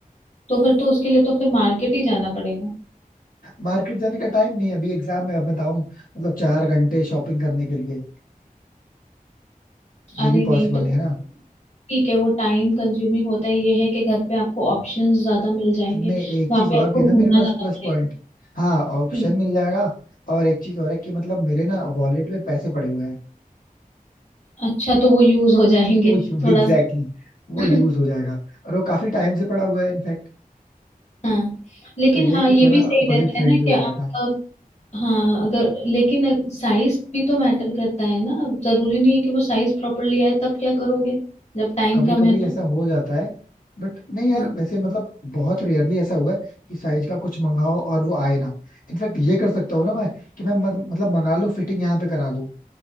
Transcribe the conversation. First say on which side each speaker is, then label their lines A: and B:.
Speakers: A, on the left; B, on the left.
A: तो फिर तो उसके लिए तो फिर मार्केट ही जाना पड़ेगा
B: मार्केट जाने का टाइम नहीं है, अभी एग्जाम है अब मैं जाऊँ मतलब चार घंटे शॉपिंग करने के लिए ये
A: अरे
B: भी पॉसिबल
A: नहीं तो
B: नहीं है ना
A: ठीक है वो टाइम कंज्यूमिंग होता है ये है कि घर पे आपको ऑप्शंस ज्यादा मिल जाएंगे
B: मैं एक
A: वहां
B: चीज
A: पे
B: और
A: आपको
B: भी है ना
A: घूमना
B: मेरे पास
A: ज्यादा
B: प्लस
A: पड़ेगा
B: पॉइंट हाँ ऑप्शन
A: हम्म,
B: मिल जाएगा और एक चीज और है कि मतलब मेरे ना वॉलेट में पैसे पड़े हुए हैं
A: अच्छा तो वो यूज हो जाएंगे
B: तो <laughs> एग्जैक्टली
A: थोड़ा सा
B: exactly, वो
A: <laughs>
B: यूज हो जाएगा और वो काफी टाइम से पड़ा हुआ है इनफैक्ट
A: हाँ लेकिन
B: तो ये
A: हाँ
B: है कि
A: ये
B: थोड़ा
A: भी सही
B: बजट
A: रहता
B: फ्रेंडली
A: है ना कि
B: हो
A: आपका
B: जाएगा
A: हाँ अगर लेकिन साइज भी तो मैटर करता है ना जरूरी नहीं है कि वो साइज प्रॉपरली आए तब क्या करोगे जब टाइम
B: कभी
A: कम
B: कभी
A: है तो
B: ऐसा हो जाता है बट नहीं यार
A: हम्म।
B: वैसे मतलब बहुत रेयरली ऐसा हुआ है कि साइज का कुछ मंगाओ और वो आए ना इनफैक्ट ये कर सकता हूँ ना मैं कि मैं मत, मतलब मंगा लूँ फिटिंग यहाँ पे करा लूँ